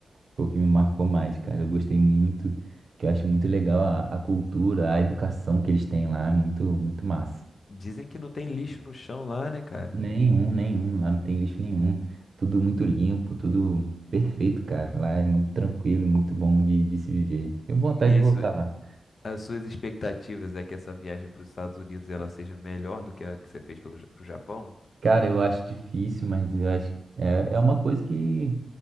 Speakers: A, on the right; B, on the left.
A: foi o que me marcou mais, cara. Eu gostei muito, que eu acho muito legal a, a cultura, a educação que eles têm lá. É muito, muito massa.
B: Dizem que não tem lixo no chão lá, né, cara?
A: Nenhum, nenhum. Lá não tem lixo nenhum. Tudo muito limpo, tudo perfeito, cara. Lá é muito tranquilo, muito bom de, de se viver. Tenho vontade
B: E
A: de
B: isso,
A: voltar lá.
B: as suas expectativas é que essa viagem para os Estados Unidos ela seja melhor do que a que você fez pelo, Ja- pro Japão?
A: Cara, eu acho difícil, mas eu acho que é, é uma coisa que,